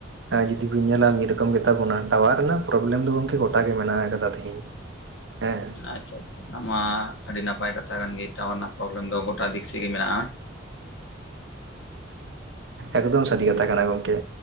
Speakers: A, on the right; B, on the left.
A: ᱟ ᱡᱩᱫᱤ ᱵᱤᱱ ᱧᱮᱞᱟ ᱢᱤᱫ ᱨᱚᱠᱚᱢ ᱜᱮ ᱛᱟᱵᱚᱱᱟ ᱴᱟᱣᱟᱨ ᱨᱮᱱᱟᱜ ᱯᱨᱚᱵᱞᱮᱢ ᱫᱚ ᱜᱚᱝᱠᱮ ᱜᱚᱴᱟ ᱜᱮ ᱢᱮᱱᱟᱜ ᱟᱠᱟᱫᱟ ᱛᱤᱦᱤᱧ᱾ <inaudible> ᱦᱮᱸ
B: ᱟᱪᱪᱷᱟ ᱟᱷᱟ ᱚᱱᱟ ᱢᱟ ᱟᱹᱰᱤ ᱱᱟᱯᱟᱭ ᱠᱟᱛᱷᱟ ᱠᱟᱱ ᱜᱮ ᱴᱟᱣᱟᱨ ᱨᱮᱱᱟᱜ ᱯᱨᱞᱮᱢ ᱫᱚ ᱜᱚᱴᱟ ᱫᱤᱠ ᱥᱮᱜᱮ ᱢᱮᱱᱟᱜᱼᱟ
A: ᱮᱠᱫᱚᱢ ᱥᱟᱹᱨᱤ ᱠᱟᱛᱷᱟ ᱠᱟᱱᱟ ᱜᱚᱝᱠᱮ